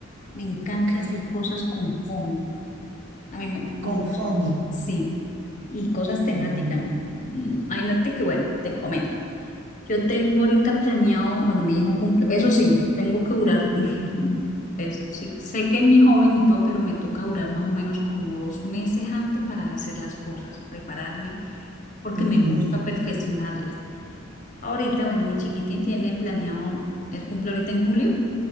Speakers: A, on the left (about 40°); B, on the right (about 60°).
A: me encanta
B: Ok,
A: hacer cosas con foamy, a mí me, no
B: con FOMI.
A: sé, sí, y cosas temáticas.
B: Oh.
A: Mm, Imagínate que, bueno, te comento, yo tengo ahorita planeado, bueno, mi hijo cumple, eso sí, tengo que durar, <laughs> es- sí, sé que es mi joven y todo, pero me toca durar más o menos como dos meses antes para hacer las cosas, prepararme, porque
B: Ujú,
A: me gusta perfeccionarlas. Ahorita, bueno, mi chiquitín tiene planeado, él cumple ahorita en julio